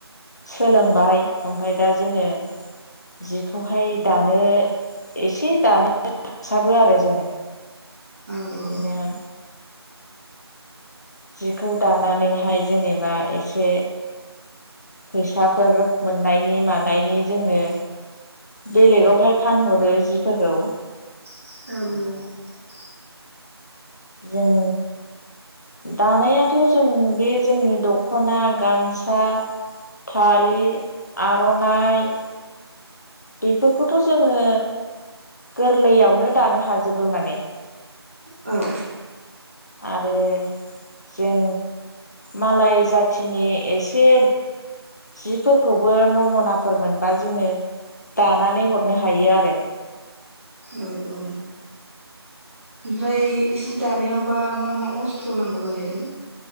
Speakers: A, on the left (about 40°); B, on the right (about 30°).
A: सोलोंबाय ओमफ्राय दा जोङो जिखौहाय दानो एसे दानो हासाबो आरो जोङो
B: औ-औ
A: बिदिनो जिखौ दानानैहाय जेनेबा एसे फैसाफोर मोननायनि मानायनि जोङो बेलेगावहाय फानहरो जिफोरखौ
B: औ-औ
A: जों दानायाथ' जों बे जोंनि दख'ना गामसा फालि आर'नाइ बेफोरखौथ' जोङो गोरलैयावनो दानो हाजोबो माने
B: औ
A: आरो जों मालाय जाथिनि एसे जिफोरखौबो नमनाफोर मोनबा जोङो दानानै हरनो हायो आरो
B: औ-औ ओमफ्राय जि दानायावबा मा-मा अस्त्र' नांगौ जाहैदों